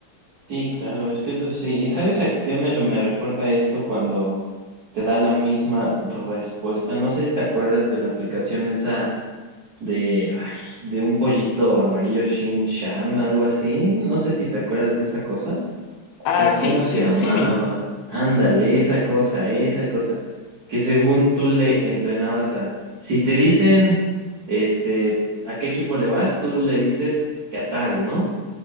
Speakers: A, on the right; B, on the left.
A: Sí, claro, es que eso sí. ¿Y sabes a qué me, me recuerda eso cuando te da la misma respuesta? No sé si te acuerdas de la aplicación esa de, ay, de un pollito amarillo, Shin Sham, algo así. No sé si te acuerdas de esa cosa.
B: Ah,
A: Pero
B: sí,
A: ¿cómo se
B: Sim
A: llamaba?
B: Simi.
A: Ándale, esa cosa, esa cosa. Que según tú le entrenabas a... Si te dicen, este, a qué equipo le vas, tú le dices que a tal, ¿no?